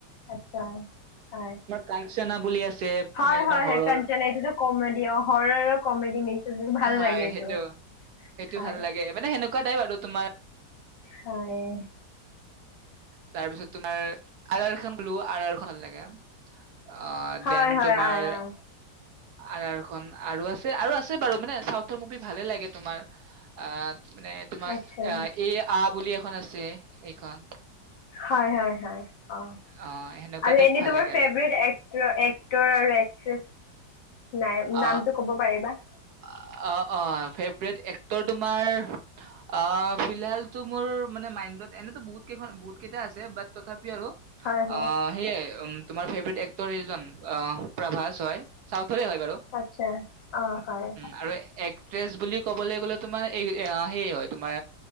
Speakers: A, on the left; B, on the right.
A: আতছা হয়
B: কাঞ্চনা বুলি আছে
A: হয়
B: মানে তোমাৰ
A: হয়
B: হৰৰ
A: কাঞ্চনা এইটো কমেডি অঁ হৰৰ আৰু কমেডি মিক্স আছে ভাল
B: হয়
A: লাগে এইটো
B: সেইটো সেইটো
A: হয়
B: ভাল লাগে মানে সেনেকুৱা কুৱা টাইপ আৰু তোমাৰ
A: হয়
B: তাৰ পিছত তোমাৰ আৰ আৰ খন বোলো আৰ আৰ খন ভাল লাগে অঁ
A: হয়
B: দেন তোমাৰ
A: হয়
B: আৰ আৰ খন আৰু আছে আৰু আছে বাৰু মানে চাউথৰ মুভি ভালে লাগে তোমাৰ আ মানে তোমাৰ
A: আচ্ছা
B: আঁ এই আঁ বুলি এখন আছে এইখন
A: হয় হয় অঁ
B: অ সেনেকুৱা
A: আৰু
B: টাইপ
A: এনেই
B: ভাল
A: তোমাৰ
B: লাগে
A: ফেভৰেট
B: আৰু
A: একট এক্টৰ আৰু <unintelligible> নাই
B: অ
A: নামটো ক'ব পাৰিবা
B: অ 'অ ফেভৰেট এক্টৰ তোমাৰ অ ফিলহাল টু মোৰ মানে মাইণ্ডত এনেতো বহুত কেইখন বহুত কেইটা আছে বাট তথাপিও আৰু
A: হয় হয়
B: অ সেইয় উ তোমাৰ ফেভাৰেট এক্টৰ এইজন অ প্ৰভাস হয় চাউথৰে হয় উ
A: আচ্ছা অ হয়
B: আৰু একট্ৰেছ বুলি ক ক'বলৈ গ'লে তোমাৰ এই সেইয় হয় তোমাৰ